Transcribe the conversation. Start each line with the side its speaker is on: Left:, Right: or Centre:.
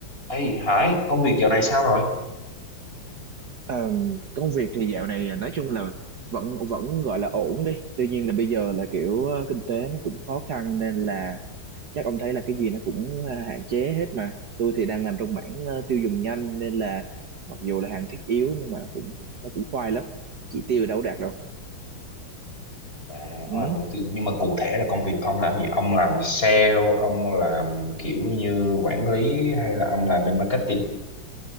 Left: Ê Hải, công việc dạo này sao rồi?
Right: Ờm, công việc thì dạo này à, nói chung là vẫn vẫn gọi là ổn đi. Tuy nhiên là bây giờ là kiểu ờ, kinh tế nó cũng khó khăn nên là chắc ông thấy là cái gì nó cũng ờ, hạn chế hết mà. Tôi thì đang làm trong mảng ờ, tiêu dùng nhanh nên là mặc dù là hàng thiết yếu nhưng mà cũng nó cũng khoai lắm. Chỉ tiêu đâu có đạt đâu.
Left: À,
Right: Ừ.
Left: ông làm những cái- nhưng mà cụ thể là công việc ông làm gì? Ông làm sale, ông làm kiểu như quản lý hay là ông làm bên marketing?